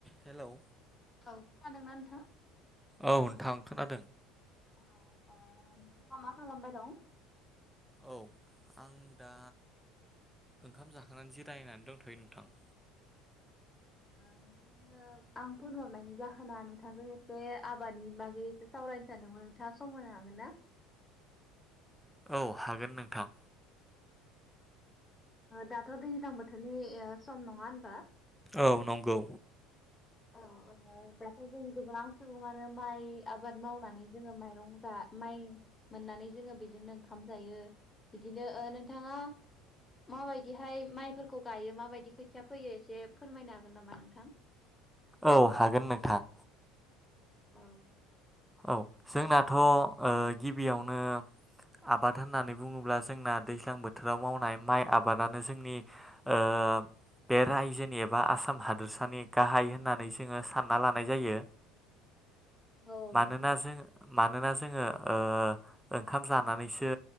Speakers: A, in the centre; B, on the left.
A: Hello
B: औ खोनादोंना नोंथां?
A: औ नोंथां खोनादों
B: औ नोंथाङा मा खालामबाय दं
A: औ आं दा ओंखाम जाखांनानै जिरायनानै दंथ'यो नोंथां
B: नोंथांनो आं फन हरनायनि जाहोना नोंथांजों एसे आबादनि बागै एसे सावरायनो सानदोंमोन नोंथाङा सम होनो हागोन ना?
A: औ हागोन नोंथां
B: दाथ' दैज्लां बोथोरनि सम नङा
A: औ नंगौ
B: औ दाथ' जों गोबां सुबुङानो माइ आबाद मावनानै जोङो माइरं जा माइ - मोननानै जोङो बेजोंनो ओंखार ओंखाम जायो बिदिनो नोंथाङा माबायदि हाय माइफोरखौ गायो माबायदि खोथिया फैयो एसे फोरमायनो हागोन नामा नोंथां
A: औ हागोन नोंथां।
B: औ।
A: औ जोंनाथ' ओ गिबियावनो आबाद होननानै बुङोब्ला जोंना दैज्लां बोथोराव मावनाय माइ आबादानो जोंनि ओ बे रायजोनि एबा आसाम हादोरसानि गाहाय होननानै जोङो सानना लानाय जायो।
B: औ
A: मानोना
B: नंगौ।
A: जों मानोना जोङो ओ ओंखाम जानानैसो